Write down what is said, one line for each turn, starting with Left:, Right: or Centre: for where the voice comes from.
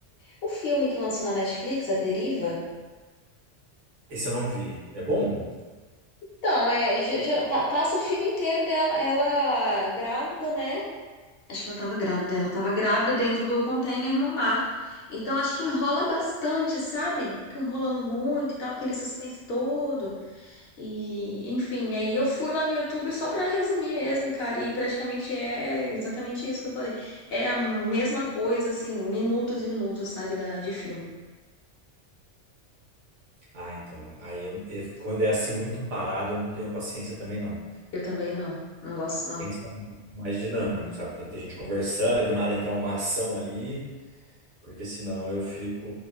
Left: O filme que lançou na Netflix, A Deriva?
Right: Esse eu não vi. É bom?
Left: Então, é, ge- gera- pa- passa o filme inteiro dela, ela grávida, né? Acho que ela tava grávida, ela tava grávida dentro do container no mar. Então, acho que enrola bastante, sabe? Fica enrolando muito e tal, aquele suspense todo. E, enfim, aí eu fui lá no YouTube só pra resumir mesmo, cara. E praticamente é exatamente isso que eu falei. É a mesma coisa, assim, minutos e minutos, sabe, da, de filme.
Right: Ah, então. Aí eu, eu- quando é assim muito parado, eu não tenho paciência também, não.
Left: Eu também não, não gosto, não.
Right: Tem que ser um pouco mais dinâmico, sabe? Tem que ter gente conversando e do nada entrar uma ação ali. Porque senão eu fico.